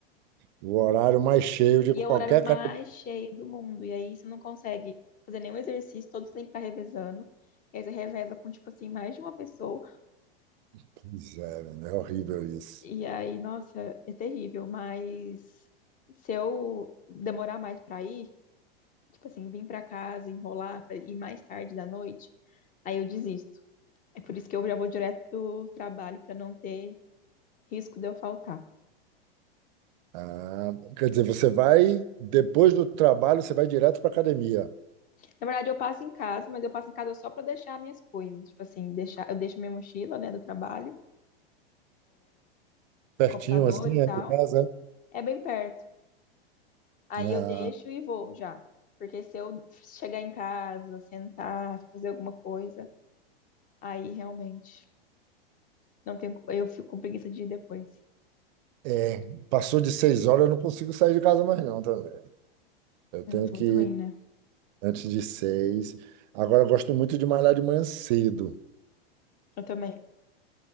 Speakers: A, on the right; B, on the left.
A: o horário mais cheio de
B: E
A: qualquer
B: é o horário mais
A: academia.
B: cheio do mundo. E aí você não consegue fazer nenhum exercício, todos têm que estar revezando. E aí você reveza com, tipo assim, mais de uma pessoa.
A: Pois é, menino, é horrível isso.
B: E aí, nossa, é terrível. Mas se eu demorar mais pra ir, tipo assim, vir pra casa, enrolar pra ir mais tarde da noite, aí eu desisto. É por isso que eu já vou direto do trabalho pra não ter risco de eu faltar.
A: Ah, quer dizer, você vai, depois do trabalho, você vai direto para academia.
B: Na verdade, eu passo em casa, mas eu passo em casa só pra deixar minhas coisas. Tipo assim, deixar, eu deixo minha mochila, né, do trabalho,
A: Pertinho,
B: meu computador
A: assim,
B: e tal.
A: é, de casa.
B: É bem perto. Aí
A: Ah,
B: eu deixo e vou já. Porque se eu chegar em casa, sentar, fazer alguma coisa, aí realmente não tenho, eu fico com preguiça de ir depois.
A: é, passou de seis horas, eu não consigo sair de casa mais, não. Tá? vendo? Eu tenho
B: Nossa,
A: que
B: muito
A: ir
B: ruim, né?
A: antes de seis. Agora, eu gosto muito de malhar de manhã cedo,
B: Eu também.